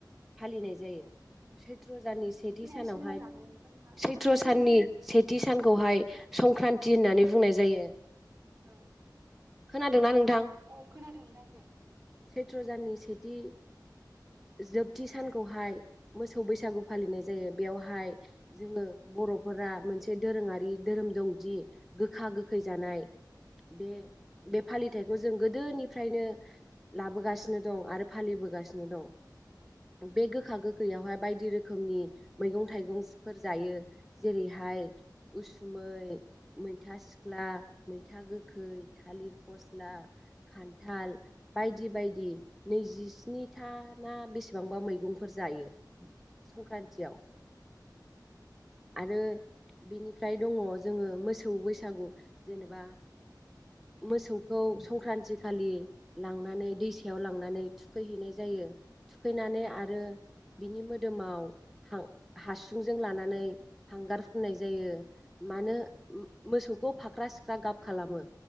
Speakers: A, in the centre; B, on the right (about 45°).
A: फालिनाय जायो। सेथि
B: खोनायासै
A: सानावहाय
B: नोंथां नोंथाङा
A: सैथ्र
B: गोदो
A: साननि सेथि सानखौहाय संक्रान्ति होननानै बुंनाय जायो।
B: औ
A: खोनादोंना नोंथां
B: औ खोनादों नोंथां दे बुं
A: सैथ्र'दाननि सेथि जोबथि सानखौहाय मोसौ बैसागु फालिनाय जायो बेयावहाय जोङो बर'फोरा मोनसे दोरोङारि धोरोम दंदि गोखा गोखै जानाय बे बे फालिथायखौ जों गोदोनिफ्रायनो लाबोगासिनो दं आरो फालिबो दं बे गोखा गोखैयावहाय बायदि रोखोमनि मैगं थाइगं फोर जायो जेरैहाय उसुमै मैथा सिख्ला मैथा गोखा गोखै थालिर फस्ला खान्थाल बायदि बायदि नैजिस्नि स्निथा ना बेसेबांबा मैगंफोर जायो संक्रान्तियाव आरो बिनिफ्राय दङ जोङो मोसौ बैसागु जेनेबा मोसौखौ संक्रान्ति खालि लांनानै दैसायाव लांनानै थुखैहैनाय जायो। <unintelligible> थुखैनानै
B: औ
A: आरो बिनि मोदोमाव हां हासुंजों लानानै हांगार फुननाय जायो मानो मोसौखौ फाख्रा सिख्रा गाब खालामो